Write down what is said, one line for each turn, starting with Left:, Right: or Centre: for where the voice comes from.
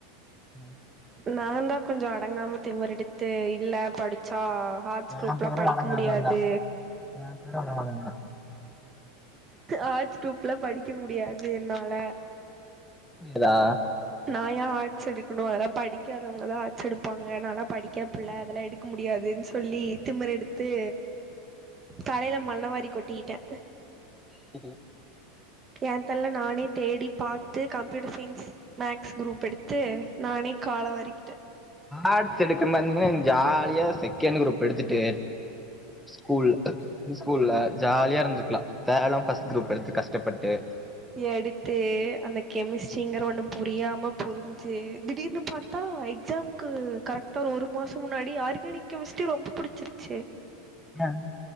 Centre: ஹ்ம்
Right: நாந்தா கொஞ்ச அடங்காம திமுரெடுத்து இல்ல படிச்சா ஆர்ட்ஸ் க்ரூப்லா
Centre: என் பேரும்
Right: படிக்க
Centre: அடங்காதவன்
Right: முடியாது
Centre: தான் <unintelligible>
Right: ஆர்ட்ஸ் க்ரூப்லா படிக்க முடியாது என்னால
Centre: தா
Right: நா ஏ ஆட் ஸ் எடுக்கணு அதெல்லா படிக்காதவங்கதா ஆட்ஸ் எடுப்பாங்க நாலா படிக்கிற பிள்ளை அதெல்லா எடுக்க முடியாதுனு சொல்லி திமுரெடுத்து தலையில மண்ணவாரி ரி கொட்டிட்டே
Centre: செரி
Right: ஏந்தலேல்ல நானே தேடி பாத்து கம்ப்யூட்டர் சயின்ஸ் மேக்ஸ் குரூப் எடுத்து நானே கால வாரிக்கிட்டேன்
Centre: ஆட்ஸ் எடுக்க மறந்தீங்கன்னா ஜாலி யா செகண்ட் குரூப் எடுத்துட்டு ஸ்கூல்ல ஸ்கூல்ல ஜாலியா இருந்துக்கலா தேவல்லாம ஃபர்ஸ்ட் குரூப் எடுத்து கஷ்ட டப்பட்டு
Right: எடுத்து அந்த கெமிஸ்ட்ரிங்கிற ஒண்ணு புரியாம புரிஞ்சு திடீர்னு பாத்தா எக்ஸாம்க்கு கரெக்டா ஒரு மாசோ முன்னாடி ஆர்கானிக் கெமிஸ்ட்ரி ரொம்ப புடிச்சுருச்சு
Centre: உங்களுக்கு